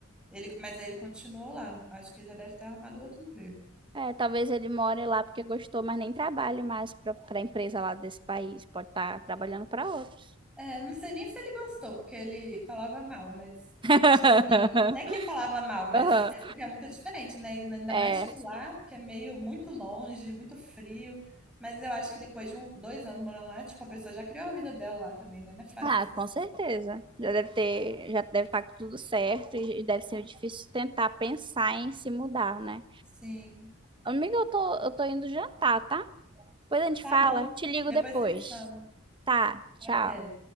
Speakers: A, in the centre; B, on the right (about 25°).
A: ele, mas aí ele continuou lá. Acho que ele já deve ter arrumado outro emprego.
B: É, talvez ele more lá porque gostou, mas nem trabalhe mais para a empresa lá desse país. Pode estar trabalhando para outra.
A: É, não sei nem se ele gostou, porque ele falava mal, mas
B: <laughs>
A: tipo assim, não é que falava mal, mas
B: Aham.
A: é porque é muito diferente, né? E Ainda
B: É.
A: mais tipo lá, que é meio muito longe, muito frio. Mas eu acho que depois de um, dois anos morando lá, tipo, a pessoa já criou a vida dela lá também, né? Não é fácil
B: Ah,
A: assim,
B: com
A: sabe?
B: certeza. Já deve ter, já deve estar tudo certo e e deve ser difícil tentar pensar em se mudar, né?
A: Sim.
B: Amiga, eu tô, eu tô indo jantar, tá? Depois a gente
A: Tá
B: fala.
A: bom.
B: Te ligo
A: Depois
B: depois.
A: você me chama.
B: Tá, tchau.
A: Até.